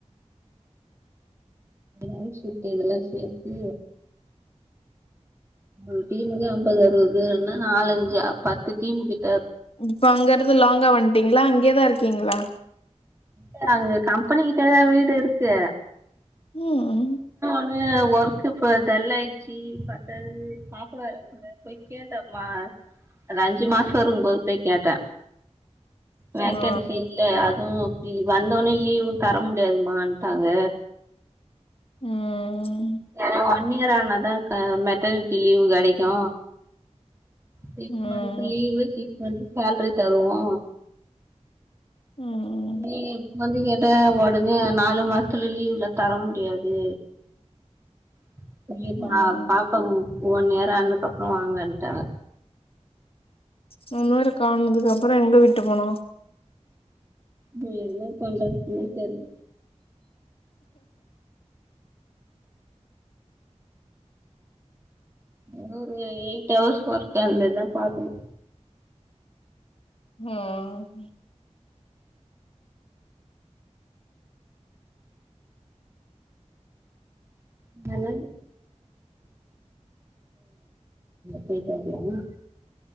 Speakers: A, on the right (about 20°); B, on the left (about 50°).
A: எ சிப்ட்டு இதெல்லாம் சேத்து ஒரு டீமுக்கு ஐம்பது அறுபது பெருன்ன நாலஞ்சா பத்து டீமுகிட்
B: இப்ப அங்கற்ந்து லாங்கா வந்துட்டீங்களா அங்கேதா இருக்கீங்களா
A: இல்ஷ அங்க கம்பெனி கிட்ட தா வீடு இருக்கு
B: ம்ஹும்
A: அ ஒர்க்கு இப்ப டல் ஆயிச்சி பத்தாது பாப்பா வேரல்ல போய் கேட்டமா அது அஞ்சு மாசோ இருக்கும்போது போய் கேட்ட வேகன்சி
B: ஆ
A: இல்ல அத் துவும் அப்டி வந்தவோனே லீவும் தர முடியாதுமட்டாங்க
B: ம்ஹும்
A: ஏனா ஒன் இயர் ஆனாதாகா மெட்டர்னிட்டி லீவு கெடைக்கு சிக்ஸ்
B: ம்
A: மந்த் லீவு சிக்ஸ் மந்த் சேல்ரி தருவோ
B: ம்
A: நீ இப்ப வந்து கேட்ட ஒடனே நாலு மாசத்துல லீவுலா தர முடியாது. <unintelligible>
B: ம்
A: பாக்கணு ஒன் இயர் ஆனதுக்கப்றோ வாங்கன்ட்டாங்க
B: இந்த மாரி காரணதுக்கு அப்றோ எங்க விட்டு போனோ
A: ம் என்ன பண்றதுக்குனே தெர்ல அது ஒரு எயிட் அவர்ஸ் ஒர்க் அந்த இதா பாக்கணு
B: ம்
A: <inaudible> பெய்ட்டு வரலாமா